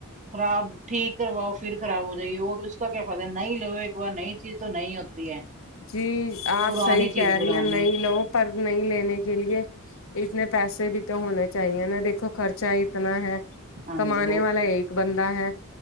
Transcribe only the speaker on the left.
جی آپ
صحیح
کہہ
رہی ہیں ن لو پر نہیں لینے کے لیے اتنے پیسے بھی تو ہونے چاہیے نا دیکھو خرچہ اتنا ہے
کمانے
والا ایک بندہ ہے